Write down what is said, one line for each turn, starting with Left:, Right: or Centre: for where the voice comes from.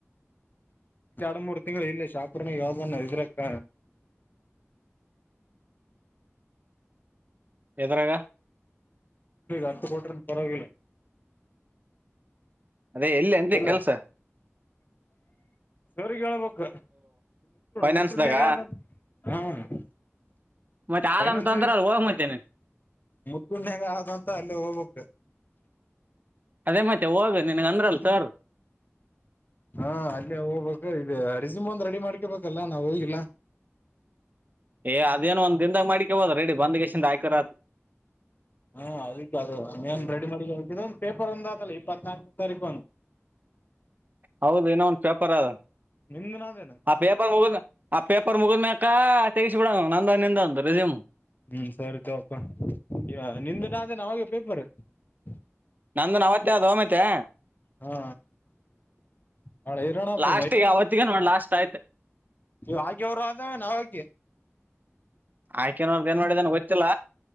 Left: ಎರಡು ಮೂರು ತಿಂಗಳು ಇಲ್ಲ ಶಾಪರ್ನ ಯಾವ್ದ ನ ಇದ್ರಕ್ಕ
Right: ಎದರಾಗ
Left: ಅರ್ತ್ತುಕಟನ್ ಪರವಿಲ್ಲ
Right: ಅದೇ ಎಲ್ಲಿ ಅಂದಿ
Left: ಇಲ್ಲ
Right: ಕೆಲಸ
Left: ಸರಿಗ್ ಹೇಳ್ಬೇಕೂ
Right: ಫೈನಾನ್ಸ್ದಾಗ
Left: ಮುತ್ಯಾಗ ಆ ಹಾ
Right: ಮತ್ತೆ ಆದಂತಂದ್ರ
Left: ನನ್ಸ
Right: ಅಲ್ಲಿ ಹೋಗ್ ಮತ್ತೆ ನೀನ್
Left: ಮುತ್ತುಣಾಗ ಆದಂತ ಅಲ್ಲಿೇ ಹೋಗ್ಕ್
Right: ಅದೇ ಮತ್ತೆ ಹೋಗ ನಿನ್ಗ ಅಂದ್ರಲ್ ಸರ್.
Left: ಹಾ ಅಲ್ಲೇ ಹೋಗ್ಬೇಕ ಇ ಅ ರಿಜಿಮ ಒಂದ್ ರೆಡಿ ಮಾಡ್ಕೊಬೇಕಲ್ಲ ನಾವ್ ಹೋಗಿಲ್ಲ.
Right: ಏ ಅದೇನ್ ಒಂದ್ ದಿನದಾಗ ಮಾಡಿಕಬದ ರೆಡಿ ಬಂದ ಕೆಶಿಂದ್ ಆಯಕರತ್.
Left: ಹ ಅದಕ್ಕೆ ಅದ ನೀನ್ ರೆಡಿ ಮಾಡಿ ಇದು ಒಂದ ಪೇಪರ್ ಒಂದ ಆತಲ್ಲ ಇಪ್ಪತ್ನಾಲ್ಕನ ತಾರೀಕು ಒಂದ್.
Right: ಹೌದ ಇನ್ನ ಒಂದ್ ಪೇಪರ್ ಅದ.
Left: ನಿಂದನಾದೇನ
Right: ಆ ಪೇಪರ್ ಮುಗದ ಆ ಪೇಪರ್ ಮುಗದಮ್ಯಾಲ್. ತೆಗಿಸಿ ಬಿಡ ನ ನಂದ ನಿಂದ ಒಂದ್ ರೆಸುಮು.
Left: ಹ್ಮ್ ಸರಿ ತೋಪ್ಪ ಈ ನಿಂದ ನಾದೇ ನ ಯಾವಾಗ ಪೇಪರ್. <unintelligible>
Right: ನಂದುನ್ ಅವವತ್ತೇ ಆದ ಹಮತ್ತೆ
Left: ಹಾ ನಾಳೆ ಇರೋಣಪ್ಪ
Right: ಲಾಸ್ಟಗೆ ಅವತ್ತಗ ನೋಡ್ ಲಾಸ್ಟ್ ಆಯ್ತು.
Left: ನೀವ್ ಆಯ್ಕ್ಯಾವರು ಅಂದ್ರೆ ನಾವು ಆಕಿ.
Right: ಅಕಿರೋದು ಏನ್ ಮಾಡಿದನ್ ಗೊತ್ತಿಲ್ಲ